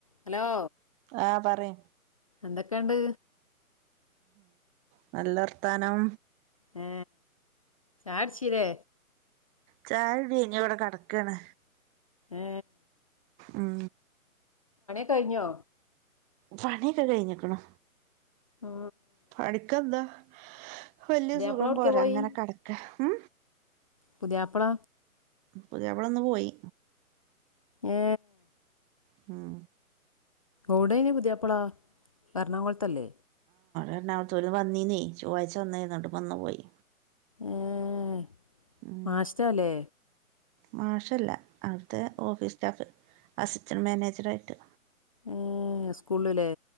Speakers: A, on the left (about 25°); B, on the right (about 15°).
A: ഹലോ
B: ആ പറി
A: എന്തൊക്കെയണ്ട്
B: ഉംനല്ല വർത്താനം
A: ആ ചായടപ്പിലെ
B: ചായമടൈത്തി ഇവിടെ കിടക്കാണ്
A: ഏ
B: ഉം
A: കൈഞ്ഞോ
B: പണിയൊക്കെ കഴിഞ്ഞക്കണ്
A: ആ
B: പണിക്കന്താ <inaudible> വലയ
A: പുതിയാപ്പള
B: സുഖം
A: എവിടേക്കാ
B: പോരാ
A: പോയി
B: അങ്ങനെ കിടക്ക ഉ
A: പുതിയാപ്പള
B: പുതിയാപ്ലന്ന് പോയി
A: ഏ
B: ഹും
A: ഓടെ നി പുതിയാപ്പളാ എറണാകുളത്തല്ലേ
B: എറണാകുളത് വന്നീ നി ചൊവ്ഴ്ച വന്നേരുന്നോട്ട് വന്നു പോയി
A: ഏർ
B: ഉം
A: മാസ്റ്റാലേ
B: മാഷല്ല അവിടുത്തെ ഓഫീസ് സ്റ്റാഫ് അസിസ്റ്റൻറ് മാനേജറായിട്ട്
A: ഏ സ്കൂള്ല്ലേ